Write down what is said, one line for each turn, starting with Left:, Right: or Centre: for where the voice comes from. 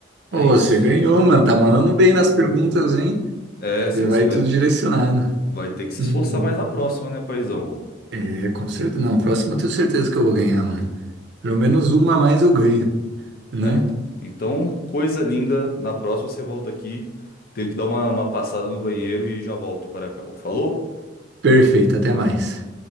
Left: é
Right: Ô,
Left: isso.
Right: você ganhou, mano. Tá mandando bem nas perguntas, hein?
Left: É, você
Right: Já vai
Left: vai,
Right: tudo direcionado.
Left: vai ter que se
Right: Uhum.
Left: esforçar mais na próxima, né, paizão?
Right: É, com certeza. Não, a próxima eu tenho certeza que eu vou ganhar, mano. Pelo menos
Left: E-
Right: uma a mais eu ganho, né?
Left: né, então, então, coisa linda, na próxima você volta aqui. Tenho que dar uma, uma passada no banheiro e já volto para cá. Falou?
Right: Perfeito, até mais.